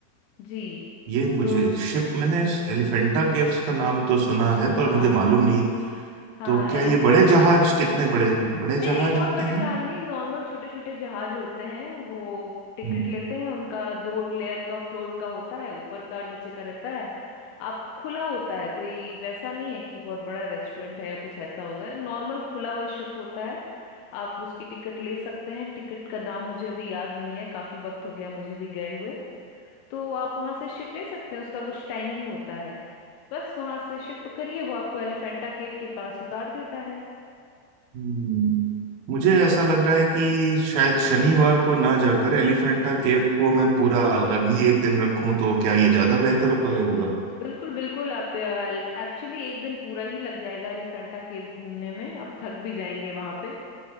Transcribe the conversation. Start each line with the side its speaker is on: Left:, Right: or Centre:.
Left: जी
Right: ये मुझे
Left: तो
Right: शिप मैंने एलिफेंटा केव्स का नाम तो सुना
Left: हाँ
Right: है पर मुझे मालूम नहीं
Left: हाँ
Right: तो क्या
Left: एलिफेंटा
Right: ये बड़े जहाज कितने बड़े बड़े
Left: नहीं
Right: जहाज
Left: नहीं बहुत
Right: होते
Left: बड़े
Right: हैं
Left: जहाज नहीं नॉर्मल छोटे छोटे जहाज होते हैं वो टिकट
Right: हम्म
Left: लेते हैं उनका दो लेयर का फ्लोर का होता है ऊपर का नीचे का रहता है आप खुला होता है कोई वैसा नहीं है कि बहुत बड़ा रेस्टोरेंट है या कुछ ऐसा होता है नॉर्मल खुला हुआ शिप होता है आप उसकी टिकट ले सकते हैं टिकट का दाम मुझे अभी याद नहीं है काफी वक्त हो गया मुझे भी गए हुए तो आप वहां से शिप ले सकते हैं उसका कुछ टाइमिंग होता है बस वहां से शिप पकड़िए वो आपको एलिफेंटा केव के पास उतार देता है
Right: हम्म, मुझे ऐसा लग रहा है कि शायद शनिवार को ना जाकर एलिफेंटा केव को मैं पूरा अलग ही एक दिन रखूं तो क्या ये ज्यादा बेहतर उपाय होगा
Left: बिल्कुल बिल्कुल आप एक्चुअली एक दिन पूरा ही लग जाएगा एलिफेंटा केव घूमने में आप थक भी जाएंगे वहां पे